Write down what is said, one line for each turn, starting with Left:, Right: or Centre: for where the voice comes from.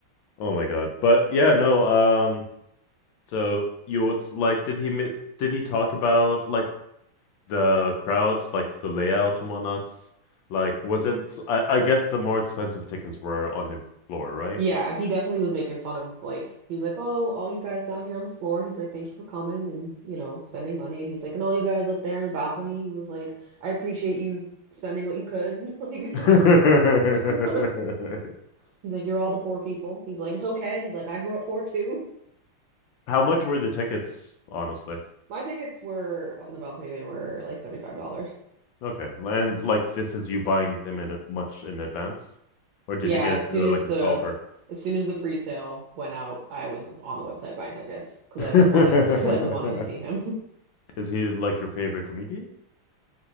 Left: Oh my God. But yeah, no, um so you it's like did he mi- did he talk about like the crowds, like the layout and whatnot? Like wasn't I, I guess the more expensive tickets were on the floor, right?
Right: Yeah, he definitely was making fun of like he was like, "Oh, all you guys down here on the floor." He's like, "Thank you for coming and, you know, spending money." And he's like, "And all you guys up there in the balcony." He was like, "I appreciate you spending what you could." <laughs> Like
Left: <laughs>
Right: <laughs> he's like, "You're all the poor people." He's like, "It's okay." He's like, "I grew up poor too."
Left: How much were the tickets, honestly?
Right: <laughs> My tickets were up on the balcony. They were like $75.
Left: Okay. And like this is you buying them in a- much in advance? Or did
Right: Yeah,
Left: you get
Right: as
Left: it
Right: soon
Left: through
Right: as
Left: like a
Right: the
Left: scalper?
Right: as soon as the pre-sale went out, I was on the website buying tickets because
Left: <laughs>
Right: I've been wanting to <laughs> because I've been wanting to see him.
Left: Is he like your favorite comedian?